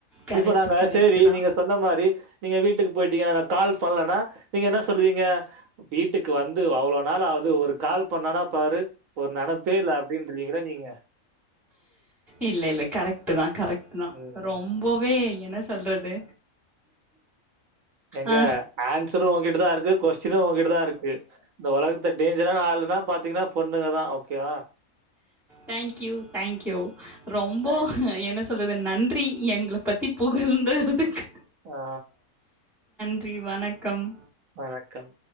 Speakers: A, in the centre; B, on the right (about 70°).
A: கரெக்ட்,
B: இப்ப நாங்க
A: கரெக்ட்
B: செரி
A: தான்.
B: நீங்க சொன்ன மாதிரி நீங்க வீட்டுக்கு போயிட்டீங்க நாங்க கால் பண்ணலனா நீங்க என்ன சொல்லுவீங்க வீட்டுக்கு வந்து அவ்ளவு நாள் ஆவு து ஒரு கால் பண்ணானா பாரு ஒரு நனைப்பே இல்ல அப்டின்றீங்கள நீங்க
A: இல்ல-இல்ல கரெக்ட் தான்-கரெக்ட் தான்
B: ம்.
A: ரொம்பவே என்ன சொல்றது
B: ஏங்க
A: ஆ
B: ஆன்சரும் உங்ககிட்ட தான் இருக்கு கொஸ்யினும் உங்க்கிட்ட தான் இருக்கு இந்த உலகத்தை டேஞ்சரான ஆளுன்னா பாத்தீங்கன்னா பொண்ணுங்க தான் கிய
A: தேங்க் யூ-தேங்க் யூ ரொம்ப
B: தேங்க்ஸ்.
A: என்ன சொல்றது நன்றி எங்களை பத்தி புகழ்ன்றதுக்கு
B: ஹா
A: நன்றி வணக்கம்
B: வணக்கம்